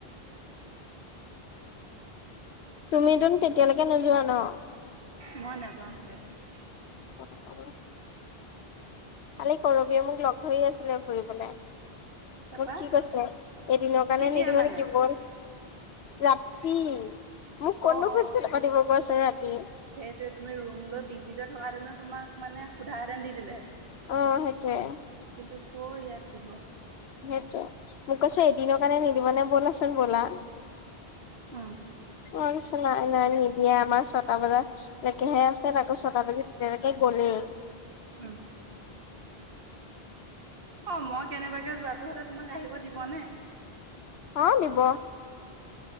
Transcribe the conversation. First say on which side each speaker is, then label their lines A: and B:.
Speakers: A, on the left (about 85°); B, on the right (about 65°).
A: তুম তোন তেতিয়ালৈকে নোযোৱা ন'।
B: মই নাযাও তেতিয়ালৈকে
A: অ', অ'। কালি কৰবিয়ে মোক লগ ধৰি আছিলে ফুৰিবলৈ।
B: তাৰপা
A: মোক কি কৈছে, এদিনৰ কাৰণে
B: কেতিয়া
A: নিদিব
B: মানে
A: নেকি বল। ৰাতি। মোক ক'তনো
B: অ', অ',
A: খুজিছিলে পাতিব কোৱাচোন ৰাতি
B: সেইটোৱে তুমি ৰুম লৈ পি জি লৈ থকা দেন তোমাক মানে সোধােহেঁতেন দি দিলেহেঁতেন
A: অ সেইটোৱে
B: কিন্তু কৰ ইয়াত দিব
A: সেইটো মোক কৈছে এদিনৰ কাৰণে নিদিবা নে ব'লাচোন ব'লা
B: উম
A: অ চ নাই নাই নিদিয়ে আমাৰ ছটা বজাত লেকেহে আছে আকৌ ছটা বজি তিনেলৈকে গলেই
B: উম অ মই কেনেবাকে যোৱটো হলেতোমাক আহিব দিবনে
A: অ নিব